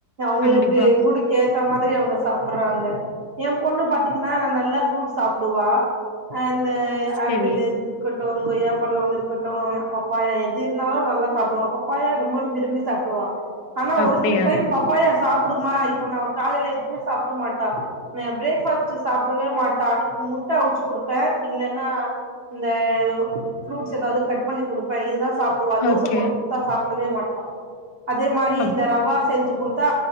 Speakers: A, on the right; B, on the left.
A: அவங்களுக்கு
B: கண்டிப்பா
A: மூடுக்கு ஏத்த மாதிரி அவங்க சாப்புட்றாங்க எ பொண்ணு பாத்தீங்கன்னா நல்லா ஃப்ரூட்ஸ் சாப்புடுவா ஆ இந்த
B: செரி
A: ஆப்பிளு இருக்கட்டு கொய்யா பழம் இருக்கட்டு பப்பாயா எது இருந்தாலு நல்லா சாப்புடுவா பப்பாயா ரொம்ப விரும்பி சாப்புடுவா ஆனா ஒரு
B: அப்டியா
A: சில டைம் பப்பாயா சாப்புடுமா இப்ப நா காலையில எதுவுமே சாப்புட மாட்டா ந பிரேக் ஃபஸ்ட் சாப்படவே மாட்டா இப்ப முட்ட அவிச் சி குடுப்ப இல்லன்னா இந்த ஃப்ருட்ஸ் எதாவது கட் பண்ணி குடுப்ப இதுதா சாப் டுவா தோசை
B: ஓகே
A: போட்டுக் குடுத்தா சாப்படவே மாட்டா அதே மாரி
B: அப்
A: இந்த ரவா செஞ்சு குடுத்தா